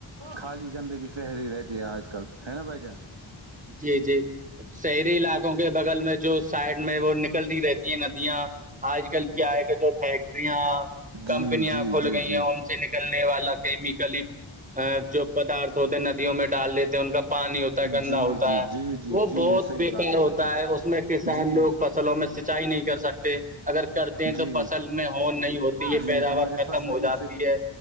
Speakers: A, on the right; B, on the right.
A: خالی گندگی پہلی رہتی ہے آج کل ہے نا بھ جان
B: جی جی شہری علاقوں کے بغل میں جو سائڈ میں وہ نکلتی رہتی ہیں ندیاں آج کل کیا آئے گا جو فیکٹریاں
A: جی
B: کمپنیاں
A: جی
B: کھل
A: جی
B: گئی
A: جی
B: ہیں ان سے نکلنے والا کیمیکلی جو پدارتھ ہوتے ندیوں میں ڈال دیتے ہیں ان کا پانی ہوتا ہے گندا
A: جی
B: ہوتا ہے
A: جی
B: وہ
A: جی جی جی
B: بہت
A: صحیح
B: بےیکار
A: بات
B: ہوتا
A: بھائی جان
B: ہے اس میں کسان
A: جی
B: لوگ فصلوں میں سینچائی نہیں کر سکتے اگر کرتے ہیں
A: جی
B: تو فصل میں ہون نہیں ہوتی ہے
A: جی
B: پیداوار
A: ہمارے
B: ختم
A: فصل
B: ہو
A: بھی
B: جاتی ہے